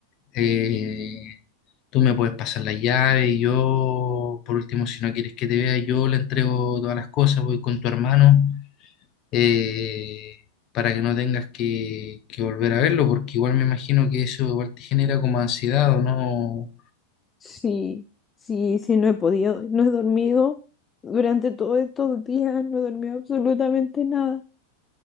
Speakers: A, on the left (about 40°); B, on the left (about 20°).
A: eh, tú me puedes pasar la llave y yo, por último, si no quieres que te vea, yo le entrego todas las cosas, voy con tu hermano, eh, para que no tengas que, que volver a verlo, porque igual me imagino que eso igual te genera como ansiedad o no.
B: Sí, sí, sí, no he podido, no he dormido durante todos estos días, no he dormido absolutamente nada.